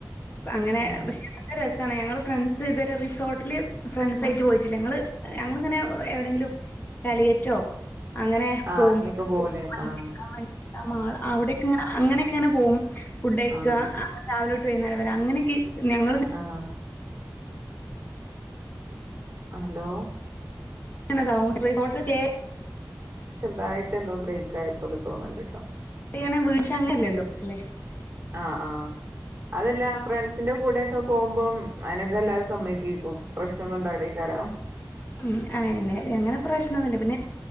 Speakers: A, on the left; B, on the right.
A: അങ്ങനെ
B: ഉം
A: പക്ഷേ. രസാണ് ഞങ്ങള് ഫ്രണ്ട്സ് ഇത് വരെ റിസോർട്ടില് ഫ്രണ്ട്സയ്ട്ട് പോയിറ്റില്ല ങ്ങള് ഞങ്ങള്ങ്ങനെ എവിടെങ്കിലും. കാലിക്കറ്റോ അങ്ങനെ
B: ആഹ്
A: പോം
B: അങ്ങനെയൊക്കെ പോവൂലേ
A: <unintelligible>
B: ആഹ്
A: മാള് അവിടെ. ക്ക്ങ്ങന അങ്ങനെക്കെങ്ങനെ പോവും ഫുഡയിക്ക
B: ആഹ്
A: അങ്ങന രാവിലൊട്ട് വൈന്നാരം വരെ അങ്ങനെക്കെ ഞങ്ങള്
B: ആഹ്. അലോ.
A: ങ്ങനതാവും റിസോട്ട് സ്റ്റേ.
B: ചെർതായിട്ടെന്തോ ബ്രേക്കായ പോലെ തോന്നണ്ട്ട്ടോ.
A: <unintelligible> വീക്ഷങ്ങല്ലല്ലോ ലെ.
B: ആഹ് ആഹ് അതല്ല ഫ്രണ്ട്സിന്റെ കൂടെക്ക. പോകുമ്പം അനക്കെ എല്ലാരും സമ്മക്കിക്കും പ്രശ്നൊന്നും ഉണ്ടാവില്ലേ കരാ
A: ഉം അന്നെ എങ്ങനെ പ്രശ്നംന്നുമില്ല പിന്നെ